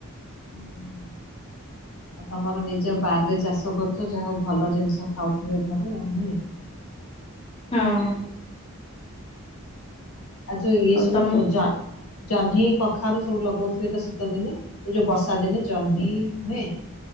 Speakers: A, on the left; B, on the left.
A: ହୁଁ ହୁଁ। ଆଉ ତମର ନିଜ ବାରିରେ ଚାଷ କରୁଛ ଯାହା ହଉ ଭଲ ଜିନିଷ ଖାଉଥିବେ ଘରେ ଆଉ ନୁହେଁ?
B: ହଁ।
A: ଆଛା ଇଏ
B: ଆଉ
A: ସବୁ
B: ତମ
A: <unintelligible> ଜହ୍ନି କଖାରୁ ସବୁ ଲଗଉଥିବେ ତ ଶୀତ ଦିନେ? ଏଇ ଯୋଉ ବର୍ଷା ଦିନେ ଜହ୍ନି ନୁହେଁ?